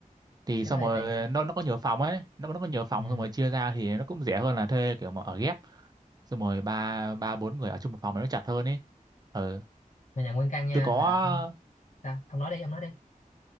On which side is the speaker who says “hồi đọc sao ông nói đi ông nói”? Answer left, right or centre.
Left